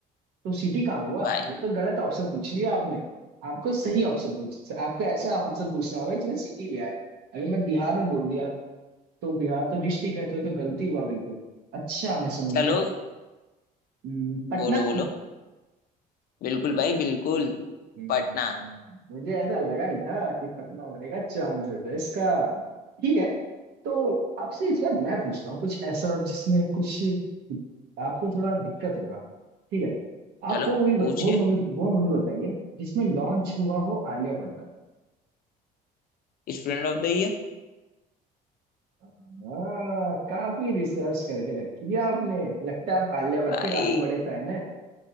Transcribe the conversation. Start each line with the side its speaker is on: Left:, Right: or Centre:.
Right: तो सिटी कहाँ हुआ
Left: भाई
Right: ये तो गलत ऑप्शन पूछ लिया आपने आपको सही ऑप्शन पूछ आपको ऐसा ऑप्शन पूछना होगा जिसमें सिटी भी आए अगर मैं बिहार में बोल दिया तो बिहार तो डिस्ट्रिक्ट है तो ये तो गलती हुआ बिल्कुल अच्छा मैं समझ
Left: चलो
Right: गया हम्म, पटना
Left: बोलो बोलो बिल्कुल भाई बिल्कुल
Right: हम्म,
Left: पटना
Right: मुझे ऐसा लगा ही था कि पतला होने का चांसेस है इसका ठीक है तो आपसे इस बार मैं पूछता हूँ कुछ ऐसा जिसमें कुछ आपको थोड़ा दिक्कत होगा ठीक है आप
Left: चलो
Right: वो मूवी
Left: पूछिए
Right: वो मूवी वो मूवी बताइए जिसमें लॉन्च हुआ हो आलिया भट्ट का
Left: Student of the year
Right: हाँ काफी रिसर्च करके रखी है आपने लगता है आप आलिया भट्ट
Left: भाई
Right: के काफी बड़े फैन हैं